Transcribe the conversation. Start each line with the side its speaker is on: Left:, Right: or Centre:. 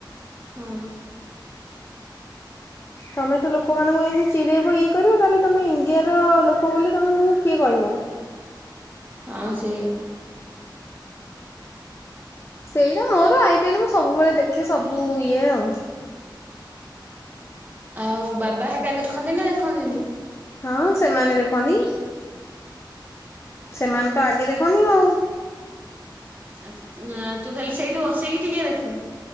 Right: ହଁ।
Left: ତମେ ତ ଲୋକମାନଙ୍କୁ ଏମିତି ଚିଡେଇବ ଇଏ କରିବ ତାହେଲେ ତମେ ଇଣ୍ଡିଆର ଲୋକ ବୋଲି ତମକୁ କିଏ କହିବ।
Right: ହଁ ସେଇଆ।
Left: ସେଇଟା ମୋର ଆଇ ପି ଏଲ ମୁଁ ସବୁବେଳେ ଦେଖେ ସବୁ ଇଏ ଆଉ।
Right: ଆଉ ବାବା ହେରିକା ଦେଖନ୍ତି ନା ଦେଖନ୍ତିନି?
Left: ହଁ ସେମାନେ ଦେଖନ୍ତି ସେମାନେ ତ ଆଗେ ଦେଖନ୍ତି ଆଉ।
Right: ଆ ଆ ତୁ ଖାଲି ସେଇଠି ବସିକି ଟିକେ ଦେଖୁ।